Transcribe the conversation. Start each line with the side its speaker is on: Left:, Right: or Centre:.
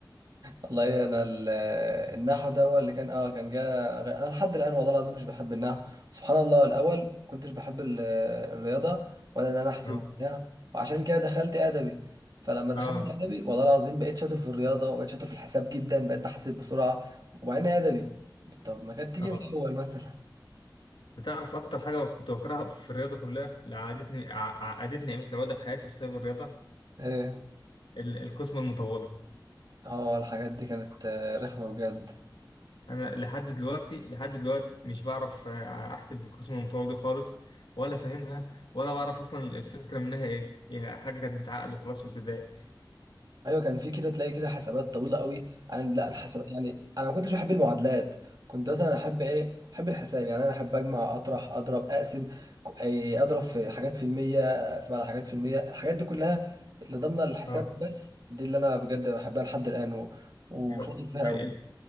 Right: والله انا ال- النحو ده هو اللي كان اه كان جا غ- انا لحد الان والله العظيم مش بحب النحو سبحان الله الاول كنتش بحب ال- الرياضه ولا ان انا احسب
Left: اه
Right: وبتاع وعشان كده دخلت ادبي فلما دخلت
Left: اه
Right: ادبي والله العظيم بقيت شاطر في الرياضه وبقيت شاطر في الحساب جدا بقيت بحسب بسرعه ومع اني ادبي طب ما كانت تيجي
Left: اه
Right: من الاول مثلا <laughs>
Left: تعرف أكتر حاجة كنت بكرهها في الرياضة كلها اللي عقدتني ع- عقدتني نعمة العقدة في حياتي بسبب الرياضة
Right: ايه
Left: ال- القسمة المطولة
Right: اه الحاجات دي كانت آه، رخمه بجد
Left: انا لحد دلوقتي لحد دلوقتي مش بعرف آه، احسب القسم المتطور دي خالص ولا فاهمها ولا بعرف اصلا الفكره منها ايه هي حاجه كانت بتعقد وخلاص في ابتدائي
Right: ايوه كان في كده تلاقي كده حسابات طويله قوي انا لا الحساب يعني انا ما كنتش بحب المعادلات كنت مثلا احب ايه احب الحساب يعني انا احب اجمع اطرح اضرب اقسم ك- إيه، اضرب في حاجات في المية اقسم على حاجات في المية الحاجات دي كلها اللي ضمن الحساب
Left: اه
Right: بس دي اللي انا بجد بحبها لحد الان و- وشاطر
Left: آه.
Right: فيها قوي
Left: ال-